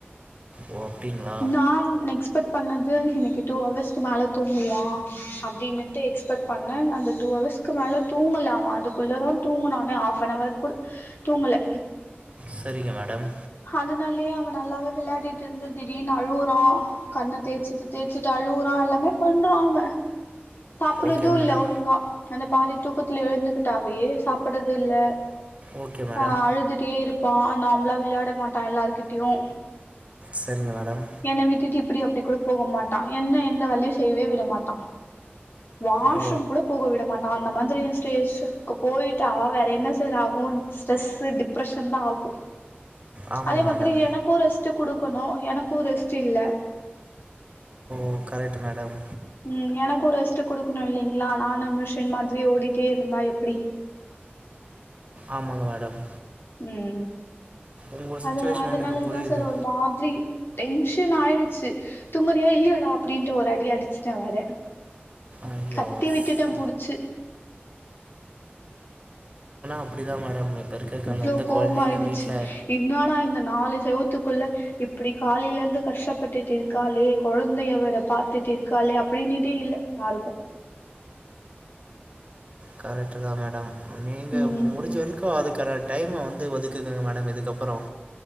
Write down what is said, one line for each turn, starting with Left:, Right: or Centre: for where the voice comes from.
Right: ஓ! அப்படிங்களா?
Left: நான் நெக்ஸ்பட் பண்ணது இன்னிக்கு டூ அவர்ஸ்க்கு மேல தோங்குவா அப்டின்னுட் டு எக்ஸ்பெக்ட் பண்ணே அந்த டூ அவர்ஸ்க்கு மேல தூங்கல அவ அதுக்குள்ளவு தூங்குனா அவ ஆஃப்பன்னவர் கூட தூங்கல
Right: செரிங்க மேடம்
Left: அதனாலயே அவ நல்லாவே விளையாடிட்டு இருந்து திடீர்னு அழுவுறா கண்ண தேய்சிட்டு தேச்சிட்டு அழுறா எல்லாமே பண்றா அவ சாப்புடுறது‌
Right: ஓகே
Left: இல்ல
Right: மேடம்.
Left: ஒழுங்கா அந்த பாதி தூக்கத்துல எழுந்துகிட்டாவே சாப்படுறது இல்ல
Right: ஓகே மேடம்
Left: அ அழுதுட்டே இருப்பா நார்ம்லா விளையாட மாட்டா எல்லார்கிட்டயு
Right: சரிங்க மேடம்
Left: என்ன விட்டுட்டு இப்டி அப்டிக் கூட போக மாட்டா என்ன எந்த வேலியு செய்யவே விட மாட்டா வாஷ்ரூம்
Right: ஓ
Left: கூட போக விட மாட்டா அந்த மாதிரி ஸ்டேஜ்க்கு போயிட்டா வேற என்ன சர் ஆகு கு ஸ்ட்ரெஸ்ஸு டிப்ரஷன் தா ஆகு
Right: ஆமாம்
Left: அதே மாதிரி
Right: மேடம்
Left: எனக்கு ரெஸ்ட்டு குடுக்கணு எனக்கு ரெஸ்ட்டு இல்ல
Right: ஒ கரெட்டு மேடம்
Left: ம் எனக்கு ரெஸ்ட்டு குடுக்கணு இல்லிங்ளா நானு மிஷின் மாதிரி ஓடிட்டே இருந்தா எப்டி
Right: ஆமாங்க மேடம்
Left: ம்
Right: உங்கள்
Left: அத
Right: சுச்சுவேஷன்
Left: அதனாலதான்
Right: எனக்கு புரியுது
Left: சார் ஒரு மாதிரி டென்ஷன் ஆயிடுச்சு தூங்றியா இல்லையடா அப்டின்ட்டு ஒரு அடி அடிச்சுட்டே வேற
Right: ஐயோ
Left: கத்தி
Right: ஸ்-
Left: விட்டுட்டன் புடிச்சு
Right: அப்படிதான் மேடம் இருக்க க-
Left: இவ்ளோ
Right: எந்த
Left: கோவம்
Right: குழந்தைங்க
Left: ஆயிடுச்சு
Right: வீட்டில்
Left: என்னாளா என்ன நாலு செவத்துக்குள்ள இப்படி காலிலிருந்து கஷ்டப்பட்டுட்டு இருக்காலே குழந்தைவரை பார்த்துட்டு இருக்காலே அப்படின்னுட்டே இல்ல யாருக்கு
Right: கரெக்ட்டு தான் மேடம் நீங்க
Left: ம்
Right: முடிஞ்ச வரைக்கும் அதுக்கர டைம வந்து வ ஒதுக்குக்குங்க மேடம் இதுக்கப்புறம்